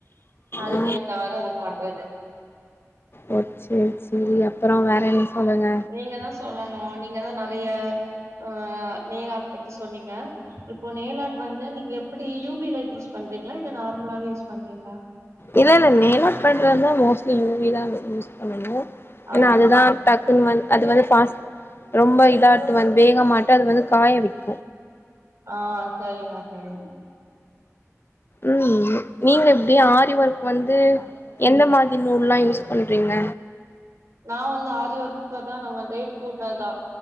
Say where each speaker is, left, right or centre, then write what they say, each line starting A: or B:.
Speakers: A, on the right (about 65°); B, on the left (about 45°).
A: அதுக்கேத்த
B: ஆ
A: வேற அது பண்றது
B: ஓ சேரி சேரி அப்பறோ வேற என்ன சொல்லுங்க
A: நீங்க தா சொல்லணு நீங்க தா நெறைய ஆ நெயில் ஆர்ட் பத்தி சொன்னீங்க இப்போ நைல் ஆர்ட் வந்து நீங்க எப்டி யூபி லைக் யூஸ் பண்றீங்களா இல்ல நார்மலாவே யூஸ் பண்றீங்களா
B: இல்ல இல்ல நெயில் ஆர்ட் பண்றதுனா மோஸ்ட்லி யூவிதா யூஸ் பண்ணணு
A: ஆ
B: ஏனா அதுதா டக் குன் வந் அது வந்து ஃபாஸ்ட் ரொம்ப இதாட்டு வந்து வேகமாட்ட அது வந்து காய வக்
A: ஆ செரிங்க செரி
B: ம் நீங்க எப்டி ஆரி ஒர்க் வந்து எந்த மாரி நூல்லா யூஸ் பண்றீங்க
A: நா வந்து ஆரி ஓர்க்க தா நம்ம ரேட் கூட்னதுதா